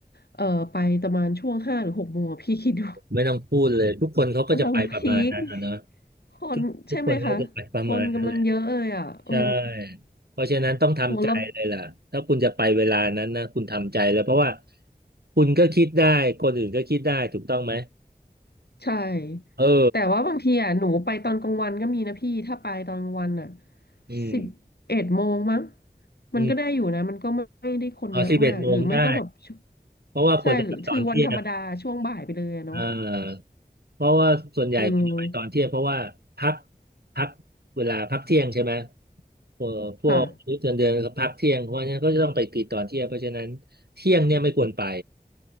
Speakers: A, on the left (about 80°); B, on the right (about 80°).
A: เออไปประมาณช่วงห้าหรือหกโมงอะพี่คิดดู
B: ไม่ต้องพูดเลยทุกคนเขาก็จะไปประมาณนั้นอะเนอะ
A: กำลังพีคคนใช่ไหมคะคนกำลังเยอะเลยอ่ะเออ
B: ทุกทุกคนเขาจะไปประมาณนั้นแหละใช่เพราะฉะนั้นต้องทำใจเลยล่ะถ้าคุณจะไปเวลานั้นนะคุณทำใจเลยเพราะว่า
A: โหแล้ว
B: คุณก็คิดได้คนอื่นก็คิดได้ถูกต้องไหม
A: ใช่
B: เออ
A: แต่ว่าบางทีอ่ะหนูไปตอนกลางวันก็มีนะพี่ ถ้าไปตอนกลางวันอ่ะ
B: อืม
A: สิบเอ็ดโมงมั้ง
B: อืม
A: มันก็ได้อยู่นะมันก็ไม่ได้คนเยอะมากหรือไม่ก็แบบช
B: เอาสิบเอ็ดโมงได้ เพราะว่าควรจะไปตอนเที่ยง
A: ใช่หรือถือวันธรรมดาช่วงบ่ายไปเลยอะเนาะ
B: เออเพราะว่าส่วนใหญ่ควรจะไปตอนเที่ยงเพราะว่าพัก
A: อืม
B: พักเวลาพักเที่ยงใช่ไหมพวกพวกมื้อเดือนเดือนก็พักเที่ยงเพราะฉะนั้นก็จะต้องไปกินตอนเที่ยงเพราะฉะนั้นเที่ยงเนี่ยไม่ควรไป
A: ค่ะ